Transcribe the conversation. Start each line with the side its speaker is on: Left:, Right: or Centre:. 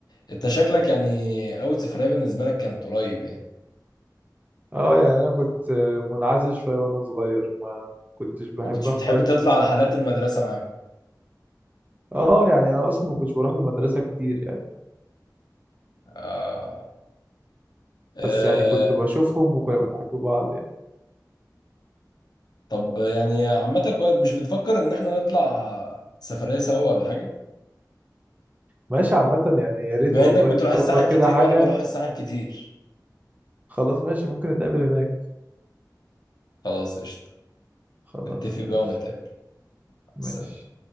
Left: انت شكلك يعني اول سفرية بالنسبة لك كانت قريب يعني
Right: اه يعني انا كنت آه، منعزل شوية وانا صغير ما كنتش بحب
Left: ما كنتش
Right: اختلط
Left: بتحب تطلع
Right: بالناس
Left: على
Right: كتير
Left: حالات المدرسة معاهم
Right: اه يعني انا اصلا ما كنتش بروح المدرسة كتير يعني
Left: آه. آه.
Right: بس يعني كنت بشوفهم وكنا بنحب بعض يعني
Left: طب يعني عامة كويس مش بتفكر ان احنا نطلع سفرية سوا ولا حاجة
Right: ماشي عامة يعني يا ريت
Left: بما
Right: والله
Left: انك بتروح الساحل
Right: نظبط
Left: كتير
Right: كده حاجة
Left: وانا بروح الساحل كتير
Right: خلاص ماشي ممكن نتقابل هناك
Left: خلاص قشطة
Right: خلاص
Left: نتفق
Right: ماشي
Left: بقى ونتقابل
Right: ماشي
Left: سلام